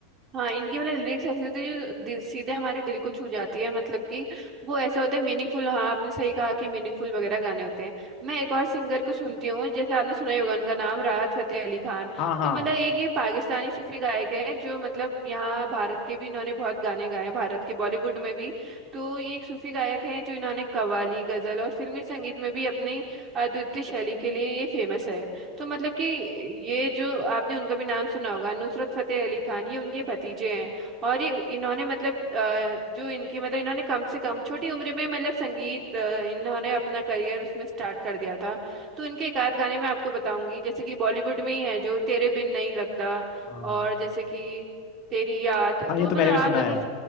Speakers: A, on the right; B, on the left.
A: हाँ इनकी मतलब लिरिक्स ऐसी होती है जो दिल, सीधे हमारे दिल को छू जाती है मतलब कि वो ऐसे होते हैं मीनिंगफुल हाँ आपने सही कहा कि मीनिंगफुल वगैरह गाने होते हैं मैं एक और सिंगर को सुनती हूँ जैसे आपने सुना ही होगा उनका नाम राहत फतेह अली खान
B: हाँ हाँ
A: तो मतलब एक ये पाकिस्तानी सूफी गायक है जो मतलब यहाँ भारत के भी इन्होंने बहुत गाने गाए हैं भारत के बॉलीवुड में भी तो ये एक सूफी गायक है जो इन्होंने कव्वाली गजल और फिल्मी संगीत में भी अपनी अद्वितीय शैली के लिए ये फेमस है तो मतलब कि ये जो आपने उनका भी नाम सुना होगा नुसरत फतेह अली खान ये उनके भतीजे हैं और ये इन्होंने मतलब अ, जो इनकी मतलब इन्होंने कम से कम छोटी उम्र में मतलब संगीत अ, इन्होंने अपना करियर उसमें स्टार्ट कर दिया था तो इनके एक आध गाने मैं आपको बताऊंगी जैसे कि बॉलीवुड में ही है जो तेरे बिन नहीं लगदा
B: हाँ
A: और जैसे कि तेरी याद
B: हाँ
A: तो
B: ये तो
A: मतलब
B: मैंने भी
A: आप
B: सुना
A: जरूर
B: है